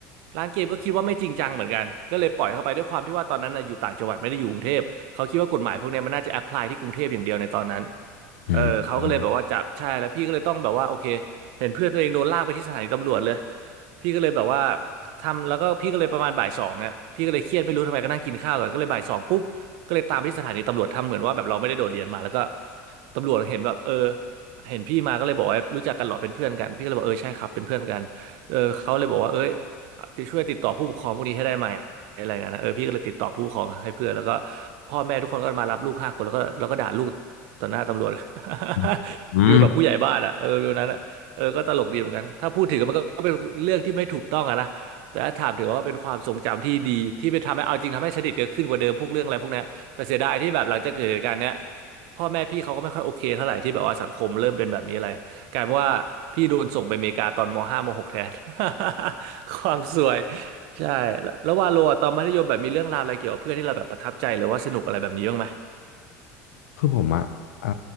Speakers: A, on the right; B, on the left.
A: ร้านเกมก็คิดว่าไม่จริงจังเหมือนกันก็เลยปล่อยเข้าไปด้วยความที่ว่าตอนนั้นน่ะอยู่ต่างจังหวัดไม่ได้อยู่กรุงเทพเขาคิดว่ากฎหมายพวกเนี้ยมันน่าจะแอพพลายที่กรุงเทพอย่างเดียวในตอนนั้น
B: อืม
A: เออเขาก็เลยแบบว่าจับใช่แล้วพี่ก็เลยต้องแบบว่าโอเคเห็นเพื่อนตัวเองโดนลากไปที่สถานีตำรวจเลยพี่ก็เลยแบบว่าทำแล้วก็พี่ก็เลยประมาณบ่ายสองอ่ะพี่ก็เลยเครียดไม่รู้ทำไมก็นั่งกินข้าวกันก็เลยบ่ายสองปุ๊บ ก็เลยตามไปที่สถานีตำรวจทำเหมือนว่าแบบเราไม่ได้โดดเรียนมาแล้วก็ตำรวจเห็นแบบเออเห็นพี่มาก็เลยบอกว่ารู้จักกันเหรอเป็นเพื่อนกันพี่ก็เลยบอกเออใช่ครับเป็นเพื่อนกันเออเขาเลยบอกว่าเอ้ยติดช่วยติดต่อผู้ปกครองพวกนี้ให้ได้ไหมอะไรเงี้ยนะเออพี่ก็เลยติดต่อผู้ปกครองให้เพื่อนแล้วก็พ่อแม่ทุกคนก็มารับลูกห้าคนแล้วก็แล้วก็ด่าลูกต่อหน้าตำรวจ
B: อืมอืม
A: <laughs> ฟิลแบบผู้ใหญ่บ้านอ่ะเออฟิลนั้นอ่ะเออก็ตลกดีเหมือนกันถ้าพูดถึงมันก็ก็เป็นเรื่องที่ไม่ถูกต้องอะนะแต่ถ้าถามถึงว่าเป็นความทรงจำที่ดีที่ไปทำให้เอาจริงทำให้สนิทกันขึ้นกว่าเดิมพวกเรื่องอะไรพวกนี้ แต่เสียดายที่แบบหลังจากเกิดเหตุการณ์เนี้ยพ่อแม่พี่เขาก็ไม่ค่อยโอเคเท่าไหร่ที่แบบว่าสังคมเริ่มเป็นแบบนี้อะไรกลายเป็นว่าพี่โดนส่งไปอเมริกาตอนม .5 มหกแทน <laughs> ความสวยใช่แล้วแล้ววาโลอะตอนมัธยมแบบมีเรื่องราวอะไรเกี่ยวกับเพื่อนที่เราแบบประทับใจหรือว่าสนุกอะไรแบบนี้บ้างไหม
B: คือผมอ่ะอ่า